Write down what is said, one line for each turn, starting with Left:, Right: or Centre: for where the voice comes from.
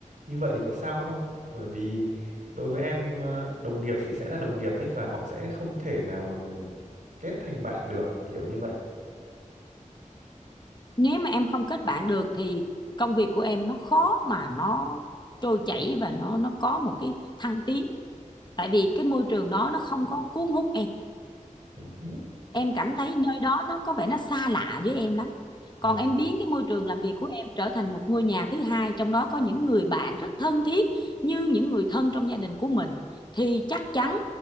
Right: như vậy thì có sao không bởi vì đối với em ờ, đồng nghiệp thì sẽ là đồng nghiệp ấy và họ sẽ không thể nào mà mình kết thành bạn được kiểu như vậy
Left: nếu mà em không kết bạn được thì công việc của em nó khó mà nó trôi chảy và nó nó có một cái thăng tiến tại vì cái môi trường đó nó không có cuốn hút em
Right: ừ.
Left: em cảm thấy nơi đó nó có vẻ nó xa lạ với em lắm
Right: Ừ.
Left: còn em biến cái môi trường làm việc của em trở thành một ngôi nhà thứ hai trong đó có những người bạn rất thân thiết như những người thân trong gia đình của mình thì chắc chắn